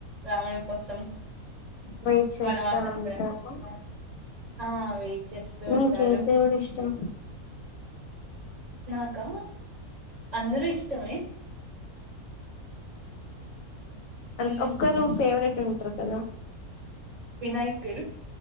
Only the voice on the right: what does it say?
రాముని కోసం
వనవాసం కూడా
చేస్తారు. ఆ వెయిట్ చేస్తూ
ఉంటారు.
నాకా అందరూ ఇష్టమే
ఉమ్
వినాయకుడు